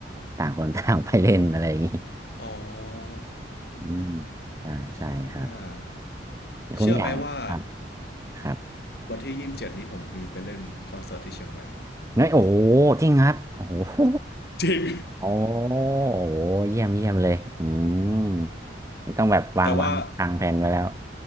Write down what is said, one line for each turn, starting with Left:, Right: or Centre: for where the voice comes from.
Right: ต่างคนต่างไปเล่นอะไรอย่างนี้
Left: อ๋อ
Right: อืมใช่ใช่ครับ
Left: อ่าเชื่อไหมว่า
Right: คุณอย่างครับครับ
Left: วันที่ยี่สิบเจ็ดนี้ผมมีไปเล่นคอนเสิร์ตที่เชียงใหม่
Right: เฮ้ยโอ้โหจริงครับโอ้โห
Left: จริง
Right: โอ้โหเยี่ยมเยี่ยมเลยอืมนี่ต้องแบบวางวางทางแผนไว้แล้ว
Left: แต่ว่า